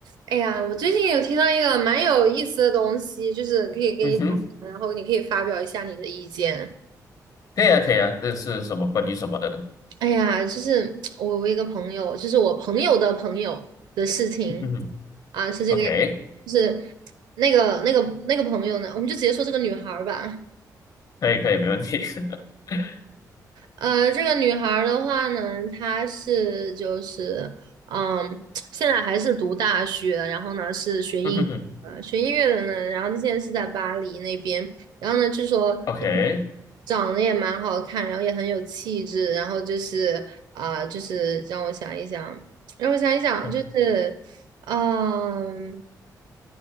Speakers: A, on the right; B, on the left.
A: 哎呀，我最近有听到一个蛮有意思的东西，就是可以跟你讲然后你可以发表一下你的意见。
B: 嗯哼，可以啊，可以啊，这是什么关于什么的呢？
A: 哎呀，就是我我一个朋友，就是我朋友的朋友的事情
B: 嗯哼
A: 啊，是这个样子，
B: ，OK，
A: 就是那个那个那个朋友呢，我们就直接说这个女孩儿吧。
B: 可以，可以，没问题。<laughs>
A: 呃，这个女孩儿的话呢，她是就是，嗯，<tsk> 现在还是读大学，然后呢是学音，
B: 嗯哼哼
A: 呃，学音乐的呢，然后她现在是在巴黎那边，然后呢据说
B: ，OK，
A: 长得也蛮好看，然后也很有气质，然后就是啊、呃就是让我想一想，让我想一想，
B: 嗯
A: 就是，嗯，